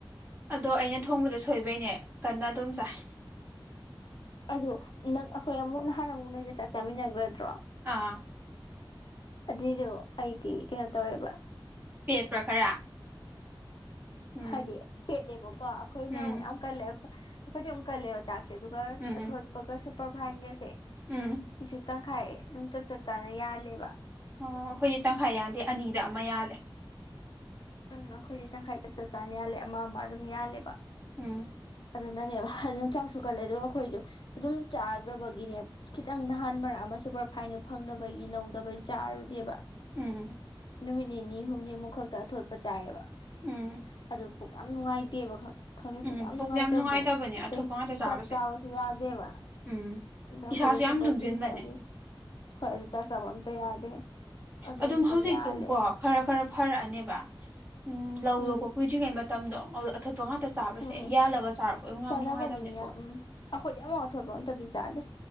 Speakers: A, on the right (about 20°); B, on the left (about 60°).
A: ꯑꯗꯣ ꯑꯩꯅ ꯊꯣꯡꯕꯗ ꯁꯣꯏꯕꯩꯅꯦ ꯀꯟꯅ ꯑꯗꯨꯝ ꯆꯥꯏ
B: ꯑꯗꯣ ꯅꯪ ꯑꯩꯈꯣꯏ ꯑꯃꯨꯛ ꯅꯍꯥꯟ ꯑꯃꯨꯛ ꯅꯣꯏꯗ ꯆꯥꯛ ꯆꯥꯃꯤꯟꯅꯒ꯭ꯔꯗ꯭ꯔꯣ
A: ꯑꯥ
B: ꯑꯗꯨꯏꯗꯣ ꯑꯩꯗꯤ ꯀꯩꯅꯣ ꯇꯧꯋꯦꯕ
A: ꯄꯦꯠꯄ꯭ꯔ ꯈꯔ ꯎꯝ
B: ꯍꯥꯏꯗꯤ ꯄꯦꯠꯂꯦꯕꯀꯣ ꯑꯩꯈꯣꯏꯅ
A: ꯎꯝ
B: ꯑꯃꯨꯛ ꯌꯥꯝ ꯀꯜꯂꯦ ꯑꯩꯈꯣ ꯑꯩꯈꯣꯏꯗꯤ ꯑꯃꯨꯛ ꯀꯜꯂꯦꯕ ꯆꯥꯛꯁ ꯁꯦ ꯑꯗꯨꯒ
A: ꯎꯝ
B: ꯑꯊꯣꯠꯄꯒ
A: ꯎꯝ
B: ꯁꯨꯄꯔꯐꯥꯏꯟꯒꯁꯦ
A: ꯎꯝ
B: ꯁꯤꯁꯨ ꯇꯪꯈꯥꯏ ꯑꯗꯨꯝ ꯆꯞ ꯆꯞ ꯆꯥꯅ ꯌꯥꯜꯂꯦꯕ
A: ꯑꯣ ꯑꯩꯈꯣꯏꯗꯤ ꯇꯪꯈꯥꯏ ꯌꯥꯟꯗꯦ ꯑꯅꯤꯗ ꯑꯃ ꯌꯥꯜꯂꯦ
B: ꯎꯝ ꯑꯩꯈꯣꯏꯗꯤ ꯇꯪꯈꯥꯏ ꯆꯞ ꯆꯞ ꯆꯥꯅ ꯌꯥꯜꯂꯦ ꯑꯃ ꯑꯃ ꯑꯗꯨꯝ ꯌꯥꯜꯂꯦꯕ
A: ꯎꯝ
B: ꯑꯗꯨꯅꯅꯦꯕ ꯑꯗꯨꯅ ꯆꯥꯛꯁꯨ ꯀꯜꯂꯦ ꯑꯗꯨꯒ ꯑꯩꯈꯣꯏꯗꯨ ꯑꯗꯨꯝ ꯆꯥꯒ꯭ꯔꯕꯒꯤꯅꯦ ꯈꯤꯇꯪ ꯅꯍꯥꯟ ꯃꯔꯛ ꯑꯃ ꯁꯨꯄꯔ ꯐꯥꯏꯟꯗꯨ ꯐꯪꯗꯕꯒꯤ ꯂꯧꯗꯕꯩ ꯆꯥꯔꯨꯗꯦꯕ
A: ꯎꯝ
B: ꯅꯨꯃꯤꯠ ꯅꯤꯅꯤ ꯍꯨꯝꯅꯤꯃꯨꯛ ꯈꯛꯇ ꯑꯊꯣꯠꯄ ꯆꯥꯏꯑꯦꯕ
A: ꯎꯝ
B: ꯑꯗꯨ ꯄꯨꯛ ꯌꯥꯝ ꯅꯨꯡꯉꯥꯏꯇꯦꯕ ꯈꯪ ꯈꯪꯗꯦ ꯄꯨꯛ
A: ꯎꯝ
B: ꯌꯥꯝ ꯅꯨꯡꯉꯥꯏꯇꯕꯗꯣ
A: ꯅꯨꯡꯉꯥꯏꯇꯕꯅꯦ
B: ꯑꯇꯩ
A: ꯑꯊꯣꯠꯄ ꯉꯥꯛꯇ ꯆꯥꯕꯁꯦ
B: ꯆꯥꯛ ꯆꯥꯕꯁꯨ ꯌꯥꯗꯦꯕ
A: ꯎꯝ
B: ꯑꯗ ꯑꯩꯈꯣꯏꯗꯤ
A: ꯏꯁꯥꯁꯨ
B: ꯊꯣꯠꯄ
A: ꯌꯥꯝ ꯂꯨꯝꯁꯤꯟꯕꯅꯦ
B: ꯑꯝꯇꯁꯨ ꯆꯥꯗꯦ ꯍꯣꯏ ꯑꯗꯨ ꯆꯥꯛ ꯆꯥꯕ ꯑꯝꯇ ꯌꯥꯗꯦ ꯑꯗꯩꯕꯨꯗꯤ
A: ꯑꯗꯨꯝ ꯍꯧꯖꯤꯛꯇꯨꯝꯀꯣ
B: ꯌꯥꯜꯂꯦ
A: ꯈꯔ ꯈꯔ ꯐꯔꯛꯑꯅꯦꯕ ꯎꯝ ꯂꯧ
B: ꯎꯝ
A: ꯂꯣꯛꯄ ꯀꯨꯏꯗ꯭ꯔꯤꯉꯩ ꯃꯇꯝꯗꯣ ꯑꯧꯗ ꯑꯊꯣꯠ ꯄ ꯉꯥꯛꯇ ꯆꯥꯕꯁꯦ
B: ꯎꯝ
A: ꯌꯥꯜꯂꯒ ꯆꯥꯔꯛꯄꯩ ꯌꯣꯡ ꯌꯥꯝ
B: ꯆꯥꯅꯕꯅꯤ
A: ꯅꯨꯡꯉꯥꯏꯇꯕꯅꯦ
B: ꯃꯤꯌꯥꯝ
A: ꯄꯨꯛ
B: ꯎꯝ ꯑꯩꯈꯣꯏꯗꯤ ꯑꯃꯥꯎ ꯑꯊꯣꯠꯄ ꯑꯝꯇꯗꯤ ꯆꯥꯗꯦ